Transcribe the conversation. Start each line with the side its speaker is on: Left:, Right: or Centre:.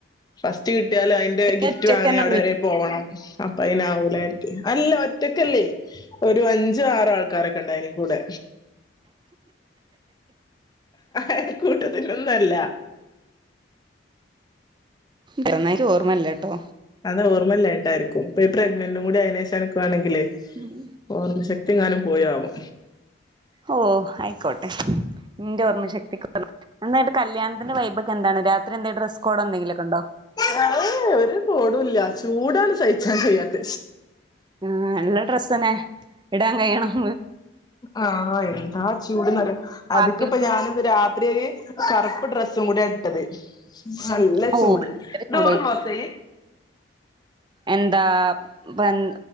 Left: ഫസ്റ്റ് കിട്ടിയാൽ അതിന് ഗിഫ്റ്റ്
Right: ഒറ്റക്കന്നെ
Left: വാങ്ങണെ അവിടെ
Right: ഉള്ളു
Left: വരെ പോവണം അപ്പ അയിനാവൂലാര്തി അല്ല ഒറ്റക്കല്ലേ ഒരു അഞ്ചും ആറും ആൾക്കാരൊക്കെ ഉണ്ടായിനി കൂടെ അയല് കൂട്ടത്തിനൊന്നു അല്ല
Right: ന്ന ഇൻക്ക് ഓർമ്മയില്ല ട്ടോ
Left: അത് ഓർമയില്ലായിട്ടായിരിക്കും ഇപ്പ ഈ പ്രഗ്നന്റും കൂടി ആയനെശം അനക്ക്വാണെങ്കിലെ
Right: ഉം
Left: ഓർമ്മ ശക്തി എങ്ങാനും പോയാവൊ
Right: ഓഹ് ആയിക്കോട്ടെ എന്റെ ഓർമ്മ ശക്തി എന്തായിത് കല്യാണത്തിന്റെ വൈബോക്കേ എന്താണ് രാത്രി എന്തേ ഡ്രസ്സ്കോഡ് എന്തങ്കിലൊക്കെ ഉണ്ടോ
Left: അഹ് ഓര് കോടൂല്ല ചൂടാണ് സഹിച്ചാൻ കഴിയാത്ത
Right: ആഹ് ഇല്ല ഡ്രസ്സന്നെ ഇടാൻ കഴിയണം
Left: ആഹ് എന്താ ചൂട്ന്നറിയൊ അത്ക്ക്പ്പൊ
Right: പാർട്ടി
Left: ഞാനിന്ന് രാത്രിയ കറുപ്പ് ഡ്രെസ്സും കൂടിയ ഇട്ടത് നല്ല
Right: ഓ
Left: ചൂട്
Right: ഭയങ്കര ചൂടായിരിക്കും
Left: ഡോറ് ക്ലോസ് ചെയ്യ്
Right: എന്താ തൻ